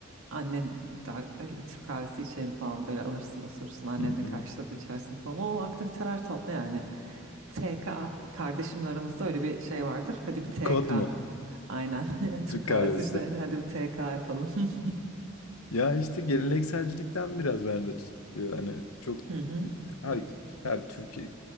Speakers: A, on the right; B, on the left.
A: annen daha hadi bir Türk kahvesi içelim falan böyle alırsın osursun annenle
B: hı hı.
A: karşılıklı içersin falan. O aktiviteler tatlı yani. TK kardeşimle aramızda öyle bir şey vardır. Hadi bir TK.
B: Kod mu?
A: Aynen. <laughs> Türk
B: Türk
A: kahvesi
B: kahvesi.
A: işte. Hadi bir TK yapalım. <laughs>
B: Ya işte gelenekselcilikten biraz bence tutuluyor. Hani çok
A: Hı hı.
B: her, her Türkiye